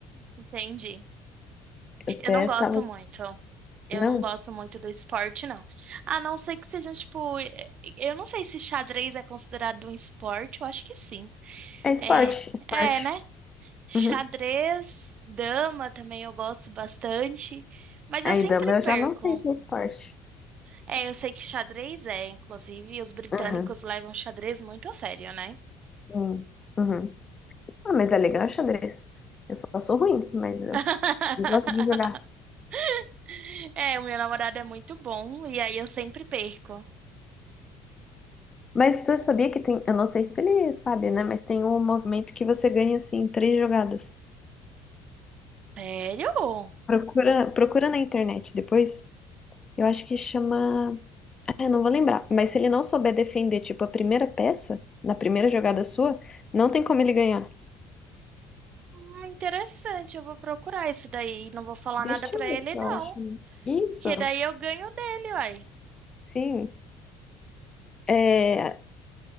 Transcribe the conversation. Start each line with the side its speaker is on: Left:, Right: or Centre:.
Right: entendi.
Left: Eu até
Right: Eu não gosto
Left: tava.
Right: muito. Eu
Left: Não,
Right: não gosto muito do esporte, não. A não ser que seja, tipo, eh, eu não sei se xadrez é considerado um esporte, eu acho que sim.
Left: é esporte,
Right: É,
Left: esporte.
Right: é, né? Xadrez,
Left: Uhum.
Right: dama também eu gosto bastante, mas
Left: Aí,
Right: eu sempre
Left: dama, eu
Right: perco.
Left: já não sei se é esporte.
Right: É, eu sei que xadrez é, inclusive, os britânicos
Left: Uhum,
Right: levam xadrez muito a sério, né?
Left: sim. Uhum. Ah, mas é legal xadrez. Eu só sou ruim, mas eu,
Right: <laughs>
Left: s- eu gosto de jogar.
Right: <laughs> É, o meu namorado é muito bom e aí eu sempre perco.
Left: Mas tu sabia que tem. Eu não sei se ele sabe, né? Mas tem um movimento que você ganha, assim, em três jogadas.
Right: Sério?
Left: Procura, procura na internet depois. Eu acho que chama. Eu não vou lembrar. Mas se ele não souber defender, tipo, a primeira peça, na primeira jogada sua, não tem como ele ganhar.
Right: Hum, interessante, eu vou procurar isso daí. Não vou falar
Left: Deixa
Right: nada pra
Left: eu
Right: ele,
Left: ver se
Right: não.
Left: eu acho. Isso,
Right: Que daí eu ganho dele, uai.
Left: sim. É,